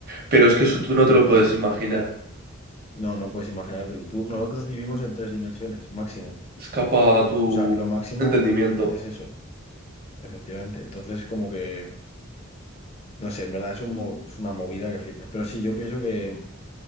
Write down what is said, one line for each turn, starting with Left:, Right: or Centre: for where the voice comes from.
Right: pero es que eso tú no
Left: pero
Right: te lo
Left: no,
Right: puedes imaginar.
Left: no, no puedes imaginártelo. Tú, nosotros vivimos en tres dimensiones, máximo.
Right: Escapa a tu
Left: O sea, lo máximo
Right: entendimiento.
Left: es eso, efectivamente. Entonces, como que, no sé, en verdad es un mo- es una movida que flipas. Pero sí, yo pienso que